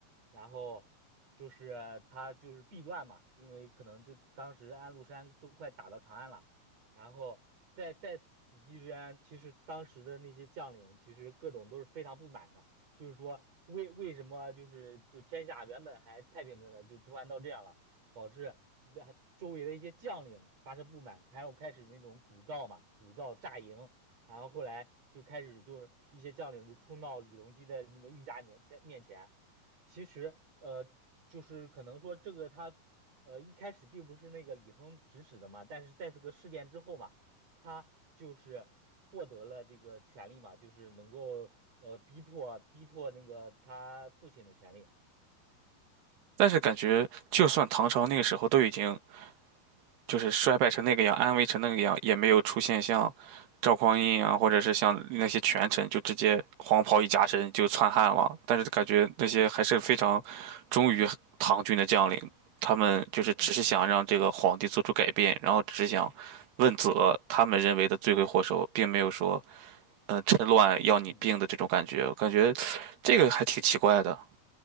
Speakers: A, on the right; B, on the right.
A: 然后就是他就是避乱嘛，因为可能就当时安禄山都快打到长安了。然后在在此期间，其实当时的那些将领其实各种都是非常不满的，就是说为为什么就是就天下原本还太平着呢，就突然到这样了，导致那周围的一些将领发生不满，然后开始那种鼓噪嘛，鼓噪炸营，然后后来就开始就是一些将领就冲到李隆基的那个御驾面前面前，其实呃就是可能说这个他呃，一开始并不是那个李亨指使的嘛，但是在这个事件之后嘛，他就是获得了这个权利嘛，就是能够呃逼迫逼迫那个他父亲的权利。
B: 但是感觉就算唐朝那个时候都已经就是衰败成那个样，安危成那个样，也没有出现像赵匡胤啊，或者是像那些权臣就直接黄袍一加身就篡汉了。但是感觉那些还是非常忠于唐军的将领，他们就是只是想让这个皇帝做出改变，
A: 嗯
B: 然后只是想问责他们认为的罪魁祸首，并没有说嗯、呃趁乱要你病的这种感觉。
A: 嗯嗯。
B: 我感觉这个还挺奇怪的。